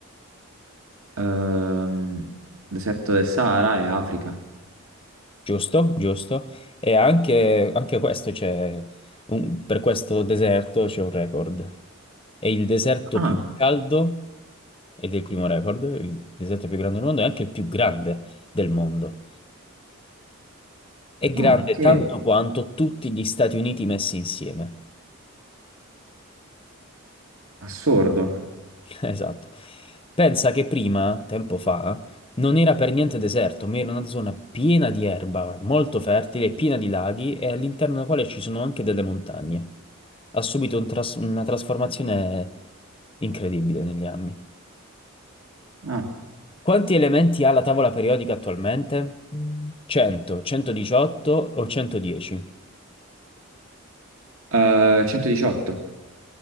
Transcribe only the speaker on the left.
Giusto, giusto. E anche, anche questo c'è, un- per questo deserto c'è un record. È il deserto
più caldo ed è il primo record, il deserto più grande del mondo, è anche il più grande del mondo. È grande
tanto quanto tutti gli Stati Uniti messi insieme.
<laughs> Esatto. Pensa che prima, tempo fa, non era per niente deserto, ma era una zona piena di erba, molto fertile, piena di laghi e all'interno della quale ci sono anche delle montagne. Ha subito un tras- una trasformazione incredibile negli anni.
Quanti elementi ha la tavola periodica attualmente? 100, 118 o 110?